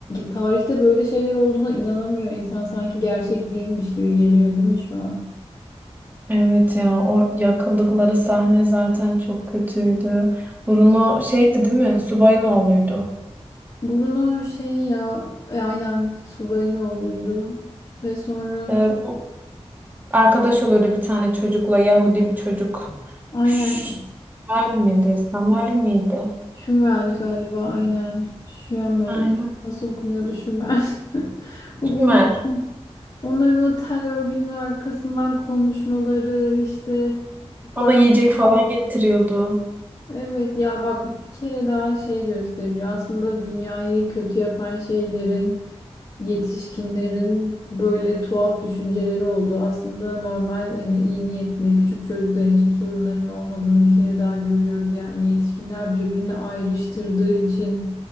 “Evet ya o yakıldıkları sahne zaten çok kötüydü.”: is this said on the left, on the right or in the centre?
Right